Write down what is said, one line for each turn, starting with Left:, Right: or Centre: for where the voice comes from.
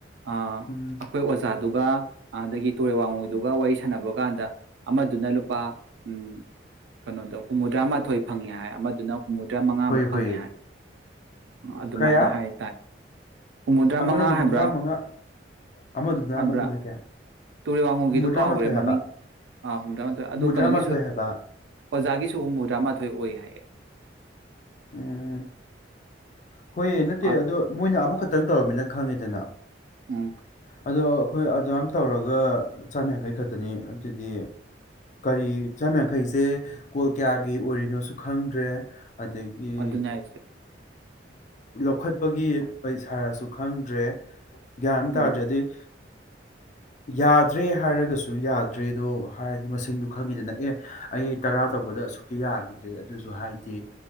Right: ꯑꯥ
Left: ꯎꯝ
Right: ꯑꯈꯣꯏ ꯑꯣꯖꯥ ꯑꯗꯨꯒ ꯑꯗꯥꯒꯤ ꯇꯨꯔꯦꯜ ꯋꯥꯡꯉꯨꯗꯨꯒ ꯋꯥꯔꯤ ꯁꯥꯟꯅꯕ ꯀꯥꯟꯗ ꯑꯃꯗꯨꯅ ꯂꯨꯄꯥ ꯎꯝ ꯀꯩꯅꯣꯗ ꯍꯨꯝꯐꯨꯇꯔꯥ ꯃꯥꯊꯣꯏ ꯐꯪꯉꯦ ꯍꯥꯏ ꯑꯃꯗꯨꯅ ꯍꯨꯝꯐꯨꯇꯔꯥ ꯃꯉꯥꯃꯨꯛ
Left: ꯍꯣꯏ
Right: ꯐꯪꯉꯦ
Left: ꯍꯣꯏ
Right: ꯌꯥꯏ ꯑꯗꯨꯃꯥꯏꯅ
Left: ꯀꯌꯥ
Right: ꯍꯥꯏ ꯍꯨꯝꯐꯨꯗꯔꯥ
Left: ꯑꯃꯅ
Right: ꯃꯉꯥ
Left: ꯍꯨꯝꯐꯨꯇꯔꯥ
Right: ꯍꯥꯏꯕ꯭ꯔꯥ
Left: ꯃꯉꯥ ꯑꯃꯗꯨꯅ
Right: ꯍꯥꯏꯕ꯭ꯔꯥ
Left: ꯑꯃꯗꯨꯅ ꯀꯌꯥ
Right: ꯇꯨꯔꯦꯜ ꯋꯥꯡꯉꯨꯒꯤꯗꯨ
Left: ꯍꯨꯝꯐꯨꯇꯔꯥꯃꯥꯊꯣꯏ
Right: ꯀꯥꯎꯈ꯭ꯔꯦ ꯃꯃꯤꯡ
Left: ꯍꯥꯏꯕ
Right: ꯍꯨꯝꯗ꯭ꯔꯥ ꯃꯥꯊꯣꯏ ꯑꯗꯨ
Left: ꯍꯨꯝꯐꯨꯇꯔꯥꯃꯥꯊꯣꯏ
Right: ꯀꯩꯅꯣꯒꯤꯁꯨ
Left: ꯍꯥꯏꯕ
Right: ꯑꯣꯖꯥ ꯒꯤꯁꯨ ꯍꯨꯝꯐꯨꯇꯔꯥꯃꯥꯊꯣꯏ ꯑꯣꯏ ꯍꯥꯏꯌꯦꯦ
Left: ꯎꯝ ꯍꯣꯏ ꯅꯠꯇꯦ
Right: ꯑꯥ
Left: ꯑꯗꯣ ꯃꯣꯏꯅ ꯑꯃꯈꯛꯇꯪ ꯇꯧꯔꯕꯃꯤꯅ ꯈꯪꯉꯦꯗꯅ
Right: ꯎꯝ
Left: ꯑꯗꯣ ꯑꯩꯈꯣꯏ ꯑꯗꯨꯃꯝ ꯇꯧꯔꯒ ꯆꯥꯝꯃ ꯌꯥꯡꯈꯩ ꯈꯛꯇꯅꯤ ꯑꯗꯨꯗꯤ ꯀꯔꯤ ꯆꯥꯝ ꯌꯥꯡꯈꯩꯁꯦ ꯀꯣꯜ ꯀꯌꯥꯒꯤ ꯑꯣꯏꯔꯤꯅꯣꯁꯨ ꯈꯪꯗ꯭ꯔꯦ ꯑꯗꯒꯤ
Right: ꯑꯗꯨꯅꯦ ꯍꯥꯏꯁꯦ
Left: ꯂꯧꯈꯠꯄꯒꯤ ꯄꯩꯁꯥꯔꯁꯨ ꯈꯪꯗꯦ ꯭ꯔꯦ ꯒ꯭ꯌꯥꯟ ꯑꯃ
Right: ꯎꯝ
Left: ꯇꯥꯗ꯭ꯔꯗꯤ ꯌꯥꯗ꯭ꯔꯦ ꯍꯥꯏꯔꯒꯁꯨ ꯌꯥꯗ ꯇ꯭ꯔꯦꯗꯣ ꯍꯥꯏꯔꯗꯤ ꯃꯁꯤꯡꯗꯨ ꯈꯪꯉꯤꯗꯅ ꯑꯦ ꯑꯩ ꯇꯔꯥ ꯇꯧꯕꯗ ꯑꯁꯨꯛꯇꯤ ꯌꯥꯈꯤꯗ꯭ꯔꯦ ꯑꯗꯨꯁꯨ ꯍꯥꯏꯗꯤ